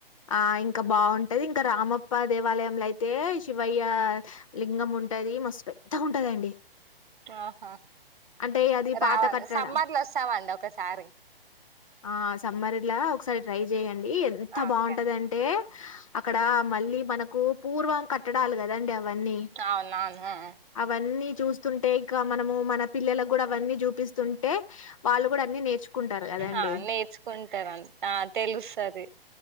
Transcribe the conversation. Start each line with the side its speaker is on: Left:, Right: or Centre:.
Left: ఆ ఇంకా బాగుంటది ఇంకా రామప్ప దేవాలయంంలో అయితే శివయ్య లింగం ఉంటది మస్తు పెద్దగా ఉంటదండి
Right: ఆహా
Left: అంటే అది పాత
Right: రావాలి
Left: కట్టడ
Right: సంబద్లు వస్తామండి ఒకసారి
Left: ఆ సమ్మర్లా ఒకసారి ట్రై చెయడి ఎంత
Right: ఓకే
Left: బాగుంటదింటే
Right: అండి
Left: అక్కడ మళ్ళీ మనకు పూర్వం కట్టడాలి కదండి అవన్నీ
Right: అవునవును
Left: అవన్నీ చూస్తుంటే ఇంక మనము మన పిల్లలకు కూడా అవన్నీ చూపిస్తుంటే వాళ్ళు కూడా అన్ని నేర్చుకుంటారు కదండి
Right: ఆ నేర్చుకుంటారని ఆ తెలుస్తది